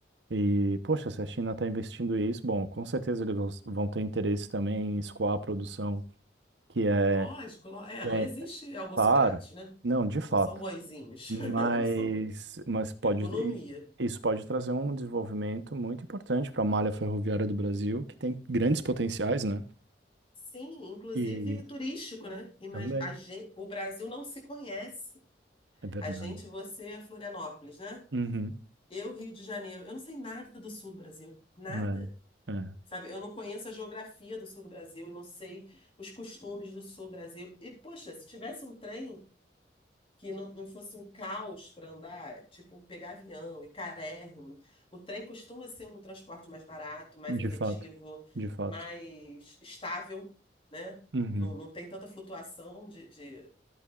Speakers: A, on the right; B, on the left.
A: E, poxa, se a China está investindo isso, bom, com certeza eles vão vão ter interesse também em escoar a produção, que é,
B: Lógico, ló- é,
A: que
B: não
A: é
B: existe almoço
A: claro,
B: grátis, né?
A: não, de fato,
B: Não são bonzinhos,
A: mas,
B: <laughs> eles são
A: mas pode,
B: economia.
A: i- isso pode trazer um desenvolvimento muito importante para a malha ferroviária do Brasil, que tem grandes potenciais, né?
B: Sim, inclusive
A: E
B: turístico, né? Imag-
A: também,
B: a gen- o Brasil não se conhece.
A: é verdade.
B: A gente, você, é Florianópolis, né?
A: Uhum.
B: Eu, Rio de Janeiro. Eu não sei nada do sul do Brasil, nada.
A: É, é,
B: Sabe, eu não conheço a geografia do sul do Brasil, eu não sei os costumes do sul do Brasil. E, poxa, se tivesse um trem que não, não fosse um caos para andar, tipo pegar avião e carérrimo, o trem costuma ser um transporte mais barato, mais
A: de
B: efetivo,
A: fato, de fato.
B: mais estável, né?
A: Uhum.
B: Não, não tem tanta flutuação de, de,